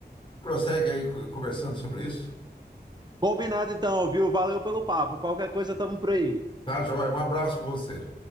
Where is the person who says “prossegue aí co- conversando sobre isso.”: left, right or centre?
Left